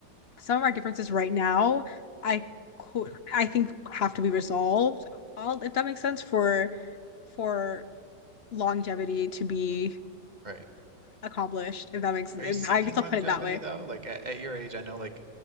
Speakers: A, on the left; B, on the right.
A: some of our differences right now, I could I think have to be resolved. All if that makes sense for for longevity to be
B: Right.
A: accomplished, if that makes sense.
B: Are you seeking
A: I guess
B: longevity
A: I'll put it that way.
B: though? Like at, at your age, I know like